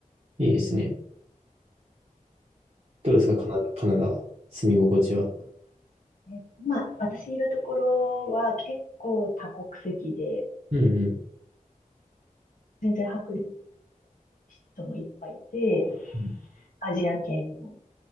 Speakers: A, on the right (about 45°); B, on the left (about 70°).
A: いいですね。どうですか、
B: うん
A: カナダ、カナダは。住み心地は。
B: え今、私いるところは結構多国籍で、
A: うんうん。
B: 全然白人の人もいっぱいいて、
A: うん
B: アジア圏の